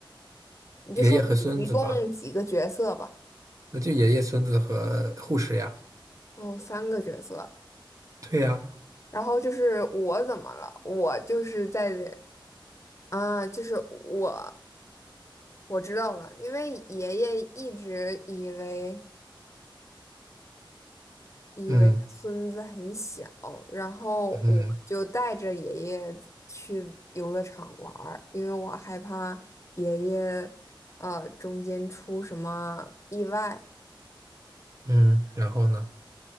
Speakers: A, on the left (about 35°); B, on the right (about 40°).
A: 你就说一共几个角色吧。
B: 爷爷和孙子吧？那就爷爷、孙子和护士呀。
A: 哦，三个角色，
B: 对呀，
A: 然后就是我怎么了？我就是在，啊，就是我，我知道了，因为爷爷一直以为以为他孙子很小，
B: 嗯
A: 然后我就带着爷爷去游乐场玩儿，
B: 嗯
A: 因为我害怕爷爷，呃，中间出什么意外。
B: 嗯，然后呢？